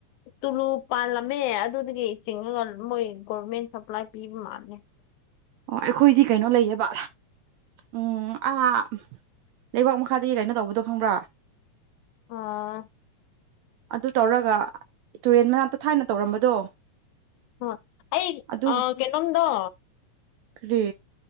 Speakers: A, on the left (about 80°); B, on the right (about 80°).
A: ꯇꯨꯂꯨ ꯄꯥꯜꯂꯝꯃꯦ ꯑꯗꯨꯗꯒꯤ ꯆꯤꯡꯉꯒ ꯃꯣꯏ ꯒꯣꯔꯃꯦꯟ ꯁꯄ꯭ꯂꯥꯏ ꯄꯤꯕ ꯃꯥꯜꯂꯦ
B: ꯑꯣ ꯑꯩꯈꯣꯏꯗꯤ ꯀꯩꯅꯣ ꯂꯩꯌꯦꯕ ꯎꯝ ꯑꯥ ꯂꯩꯕꯥꯛ ꯃꯈꯥꯗꯒꯤ ꯀꯩꯅꯣ ꯇꯧꯕꯗꯣ ꯈꯪꯕ꯭ꯔꯥ
A: ꯑꯥ
B: ꯑꯗꯨ ꯇꯧꯔꯒ ꯇꯨꯔꯦꯟ ꯃꯅꯥꯛꯇ ꯊꯥꯏꯅ ꯇꯧꯔꯝꯕꯗꯣ
A: ꯍꯥ ꯑꯩ
B: ꯑꯗꯨ
A: ꯀꯩꯅꯣꯝꯗꯣ
B: ꯀꯔꯤ